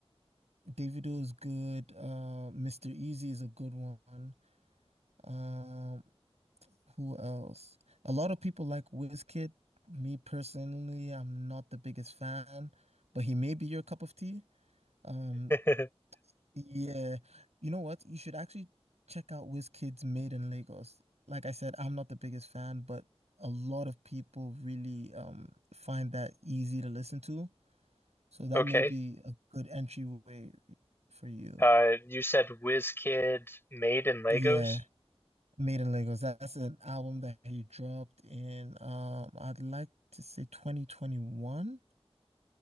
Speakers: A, on the right; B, on the left.
A: Davido is good. Uh, Mr. Easy is a good one. Um, Who else? A lot of people like Wizkid. Me personally, I'm not the biggest fan, but he may be your cup of tea. Um,
B: <laughs>
A: yeah, you know what? You should actually check out Wizkid's Made in Lagos. Like I said, I'm not the biggest fan, but a lot of people really um find that easy to listen to. So that
B: Okay.
A: may be a good entryway for you.
B: Uh, you said WizKid made in Legos?
A: Yeah. Made in Lagos. That's an album that he dropped in um I'd like to say 2021.